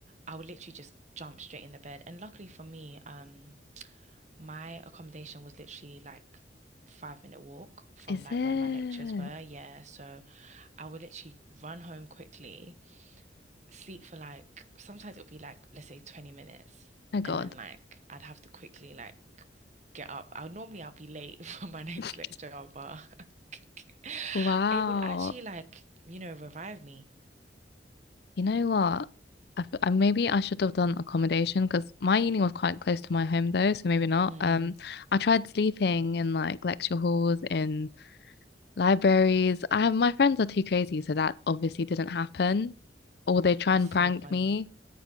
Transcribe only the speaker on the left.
Is
it?
Oh
my God.
<laughs>
Wow.
You know what? I, f- I- maybe I should have done accommodation because my uni was quite close to my home though, so maybe not.
Um, I tried sleeping in like lecture halls, in libraries. I my friends are too crazy, so that obviously didn't happen. Or they try
and
prank
me.